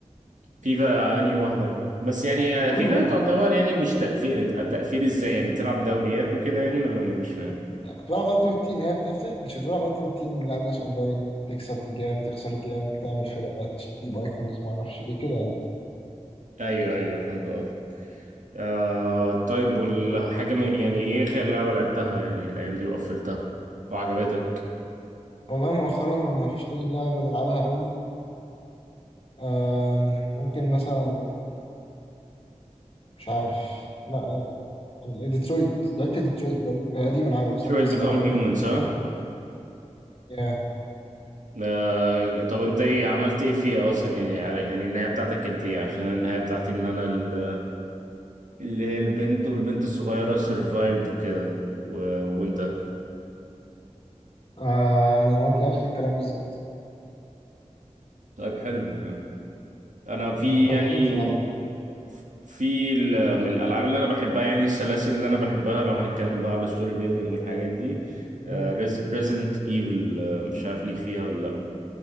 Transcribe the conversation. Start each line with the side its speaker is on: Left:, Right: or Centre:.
Right: فيفا انهي واحدة بس يعني
Left: كله
Right: فيفا
Left: بقى
Right: تعتبر يعني مش تقفيل انت التقفيل ازاي يعني بتلعب دوريات وكده يعني ولا ايه مش فاهم
Left: كنت بلعب التيمت تيم هي ما بتقفلش كنت بلعب التيمت تيم بنلعب ناس اونلاين تكسب بجام تخسر جام تعمل فرقات تجيب ايكونز ما اعرفش ايه كده يعني.
Right: ايوه ايوه فهمت قصدك آه طيب والحاجة من- يعني ايه اخر لعبة لعبتها يعني الايام دي وقفلتها وعجبتك
Left: والله مؤخرا انا ما فيش اي لعبه بلعبها قوي أم، ممكن مثلا مش عارف لا يعني ديترويت لعبت ديترويت قريب هي قديمة أنا عارف
Right: Detroit
Left: بس أنا كنت لسه
Right: Become
Left: بلعبها قريب
Right: Humans
Left: وخلصتها
Right: ها
Left: ياه
Right: آه، طب انت ايه عملت ايه فيها اصلا يعني يعني النهاية بتاعتك كانت ايه عشان النهاية بتاعتي ان انا ال- اللي هي البنت والبنت الصغيرة survived وكده و... وانت
Left: آه أنا قلت نفس الكلام بالظبط
Right: طيب حلو انا
Left: <laughs>
Right: في
Left: متفقين
Right: يعني
Left: في العالم
Right: في ال- من الالعاب اللي انا بحبها يعني السلاسل اللي انا بحبها لو هنتكلم بقى على الستوري بيلدينج والحاجات دي
Left: مم.
Right: ريزيدنت ايفل مش عارف ليك فيها ولا لا